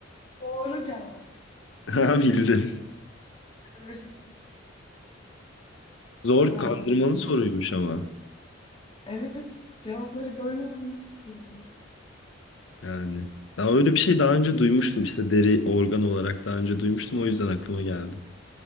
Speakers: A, on the left; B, on the left.
A: Doğru cevap.
B: Ha bildim.
A: Evet,
B: Zor
A: tamam
B: kandırmalı
A: bir
B: soruymuş
A: bir.
B: ama.
A: Evet, cevapları görmeden nasıl bildin?
B: Yani. Ya öyle bir şey daha önce duymuştum işte deri organ olarak daha önce duymuştum o yüzden aklıma geldi.